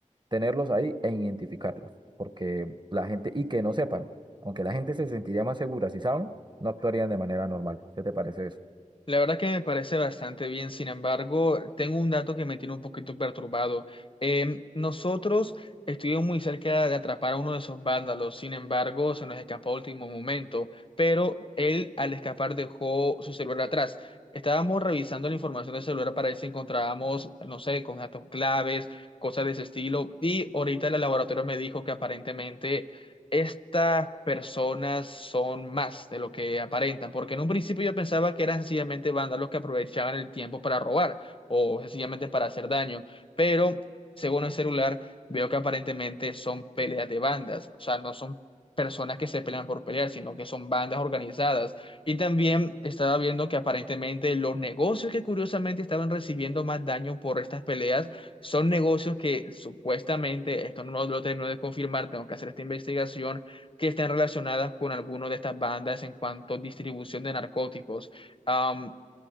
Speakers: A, on the right; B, on the left.
A: tenerlos ahí e identificarlos. Porque la gente, y que no sepan. Aunque la gente se sentiría más segura si saben, no actuarían de manera normal. ¿Qué te parece eso?
B: La verdad que me parece bastante bien, sin embargo, tengo un dato que me tiene un poquito perturbado. Eh, nosotros estuvimos muy cerca de atrapar a uno de esos vándalos, sin embargo, se nos escapó a último momento, pero él al escapar dejó su celular atrás. Estábamos revisando la información del celular para ver si encontrábamos, no sé, con datos claves, cosas de ese estilo, y ahorita el laboratorio me dijo que aparentemente estas personas son más de lo que aparentan, porque en un principio yo pensaba que eran sencillamente vándalos que aprovechaban el tiempo para robar o sencillamente para hacer daño, pero según el celular veo que aparentemente son peleas de bandas, o sea, no son personas que se pelean por pelear, sino que son bandas organizadas. Y también estaba viendo que aparentemente los negocios que curiosamente estaban recibiendo más daño por estas peleas son negocios que supuestamente, esto no lo termino de confirmar, tengo que hacer esta investigación, que están relacionadas con alguna de estas bandas en cuanto a distribución de narcóticos. Am,